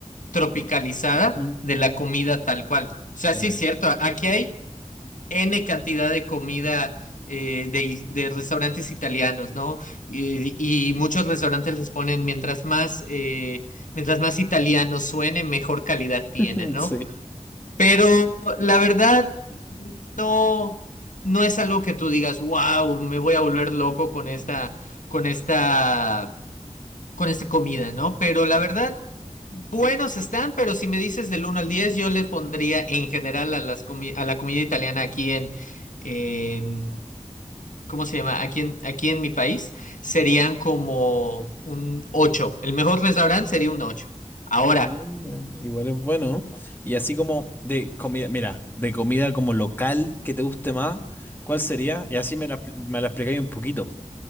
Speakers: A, on the left; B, on the left.
A: tropicalizada
B: Sí. Ujú,
A: de la comida tal cual. O sea,
B: Claro.
A: sí es cierto, a- aquí hay N cantidad de comida eh, de, de restaurantes italianos, ¿no? Y, y muchos restaurantes les ponen mientras más, eh, mientras más italiano suene, mejor calidad tiene,
B: <laughs>
A: ¿no?
B: Sí.
A: Pero la verdad, no, no es algo que tú digas, wow, me voy a volver loco con esta, con esta, con esta comida, ¿no? Pero la verdad, buenos están, pero si me dices del uno al diez yo les pondría en general a las comi- a la comida italiana aquí en, en- ¿cómo se llama? Aquí en, aquí en mi país, serían como un ocho El mejor restaurante sería un ocho Ahora,
B: Mira, igual es bueno. Y así como de comida, mira, de comida como local que te guste más, ¿cuál sería? Y así me la, expl- me la explicáis un poquito.